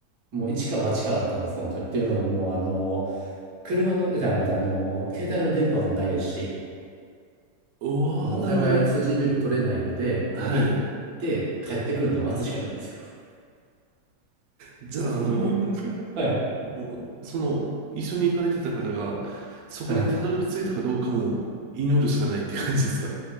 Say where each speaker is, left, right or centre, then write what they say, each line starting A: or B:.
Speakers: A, on the right; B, on the right.
A: もう一か八かだったんです、本当に。っていうのももう、あの、車の、じゃあ、また、あの、携帯の電波もないですし、
B: おお、
A: もうお互い通信状況取れないので、
B: なるほど。はい。
A: もう行って帰ってくるのを待つしかないですよ。っ
B: じゃあ、あの、
A: ていうのが、はい。
B: もう、その、一緒に行かれてた方が、そこにたどり着いたかどうかも祈るしかないって感じですか。
A: はいです